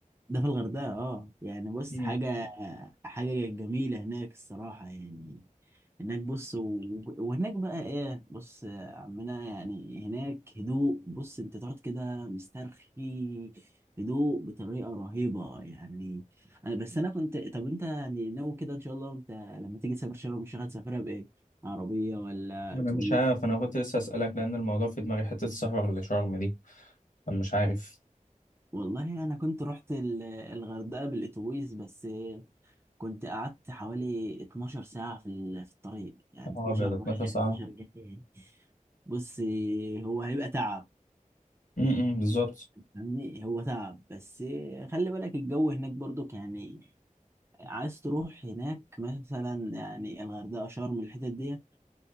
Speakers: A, on the right; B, on the left.
A: ده في الغردقة اه يعني بص
B: مم.
A: حاجة حاجة جميلة هناك الصراحة يعني هناك بص و... وهناك بقى ايه بص يا عمنا يعني هناك هدوء بص انت تقعد كده مسترخي هدوء بطريقة رهيبة يعني انا بس انا كنت طب انت يعني ناوي كده ان شاء الله انت لما تيجي تسافر شرم الشيخ هتسافرها بايه؟ عربية ولا
B: انا
A: اتوبيس؟
B: مش عارف انا كنت لسه اسالك لان الموضوع في دماغي حته السفر لشرم دي انا مش عارف
A: والله انا كنت رحت ال- الغردقة بالاتوبيس بس كنت قعدت حوالي 12 ساعة في ال- في الطريق يعني 12
B: اه ابيض 12
A: رايح
B: ساعه
A: 12 جاي بص هو هيبقى تعب
B: امم بالظبط
A: فاهمني هو تعب بس خلي بالك الجو هناك برضو يعني عايز تروح هناك مثلا يعني الغردقة شرم الحتت دي